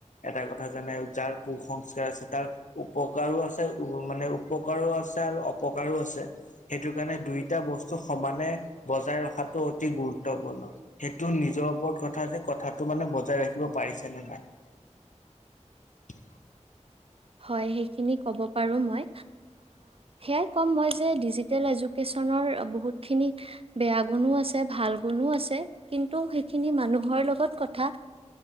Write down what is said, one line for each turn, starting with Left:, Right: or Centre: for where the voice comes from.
Left: এটা কথা জানে যাৰ কুসংস্কাৰ আছে তাৰ উপকাৰো আছে মানে উপকাৰো আছে আৰু অপকাৰো আছে সেইটো কাৰণে দুইটা বস্তু সমানে বজাই ৰখাত অতি গুৰুত্বপূৰ্ণ সেইটো নিজৰ ওপৰত কথা যে কথাটো মানে বজাই ৰাখিব পাৰিছেনে নাই
Right: হয় সেইখিনি ক'ব পাৰো মই সেয়াই ক'ম মই যে ডিজিটেল এডুকেশ্যনৰ বহুতখিনি বেয়া গুণো আছে ভাল গুণো আছে কিন্তু সেইখিনি মানুহৰ লগত কথা